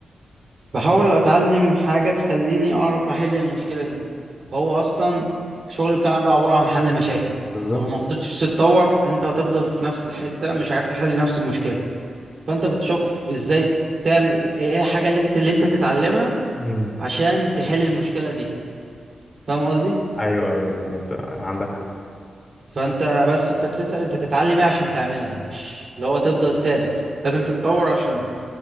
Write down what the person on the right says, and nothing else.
بحاول اتعلم حاجة تخليني اعرف احل المشكلة دي هو اصلا الشغل بتاعنا ده عبارة عن حل مشاكل
ولو ما فضلتش تتطور انت هتفضل في نفس الحتة مش عارف تحل نفس المشكلة فانت بتشوف ازاي تعمل ايه الحاجة اللي انت اللي انت تتعلمها
عشان تحل المشكلة دي فاهم قصدي
فانت بس انت بتسأل انت تتعلم ايه عشان تعملها مش اللي هو تفضل ثابت لازم تتطور عشان